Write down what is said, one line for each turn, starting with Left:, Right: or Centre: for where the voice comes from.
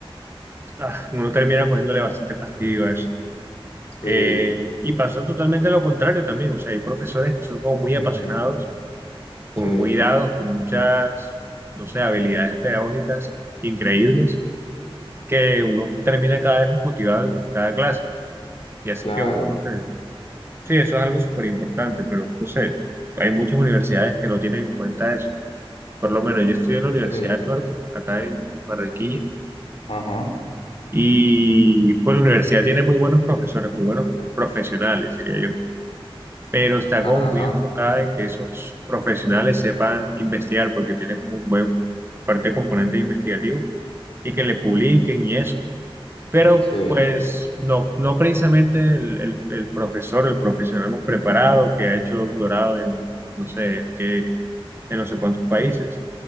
Right: ah, uno termina cogiéndole bastante fastidio a eso.
Left: Sí,
Right: Eh, y pasa totalmente lo contrario también, o sea, hay profesores que son como muy
Left: ujú,
Right: apasionados, como
Left: sí,
Right: muy dados, con muchas, no sé, habilidades pedagógicas increíbles, que uno termina cada vez más motivado en cada clase y hacen
Left: claro,
Right: que uno, no sé, sí, eso es algo súper importante, pero no sé, hay muchas universidades que no tienen en cuenta eso. Por lo menos yo estudié en la Universidad
Left: sí,
Right: del Norte, acá en Barranquilla,
Left: ajá,
Right: Y pues la universidad tiene muy buenos profesores, muy buenos profesionales, diría yo, pero está
Left: ajá,
Right: como muy enfocada en que esos profesionales sepan investigar, porque tienen como un buen parte componente investigativo y que le publiquen y eso. Pero
Left: sí,
Right: pues no, no precisamente el, el, el profesor, el profesional hemos preparado, que ha hecho doctorado en no sé, en qué, en no sé cuántos países,